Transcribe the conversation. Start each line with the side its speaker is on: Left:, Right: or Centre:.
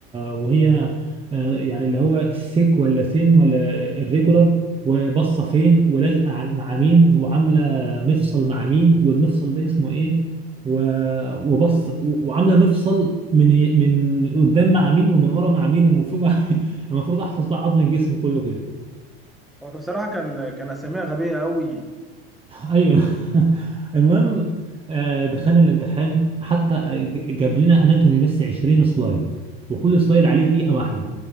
Right: وهي آه، يعني اللي هو ثيك ولا ثين ولا الريجولار وبصه فين ولازقه على- مع مين وعامله مفصل مع مين والمفصل ده اسمه ايه و- وبص و- وعامله مفصل من ي- من قدام مع مين ومن ورا مع مين ومن فوق مع مين <laughs> المفروض احفظ بقى عظم الجسم كله كده
Centre: هو بصراحه كان كان اساميها غبيه قوي
Right: ايوه <laughs> المهم آه، دخلنا الامتحان حتى ج- جاب لنا اناتومي بس 20 سلايد وكل سلايد عليه دقيقه واحده